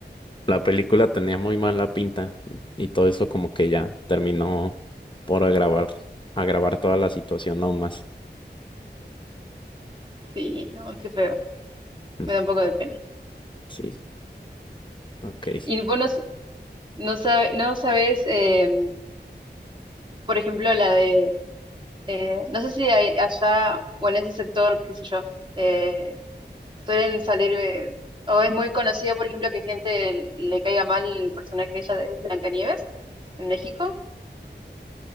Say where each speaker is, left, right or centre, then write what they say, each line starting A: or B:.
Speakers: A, on the left; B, on the right.
A: la película tenía muy mala pinta y todo eso como que ya terminó por agravar, agravar toda la situación aún más.
B: Sí, no, qué feo.
A: Mm,
B: Me da un poco de pena.
A: Sí. Ok. es
B: Y vos no, s- no, sabe- no sabes eh, por ejemplo, la de, eh, no sé si hay allá o en ese sector, qué sé yo, eh, suelen salir, eh, o es muy conocido, por ejemplo, que gente le caiga mal el personaje de ella de Blancanieves en México,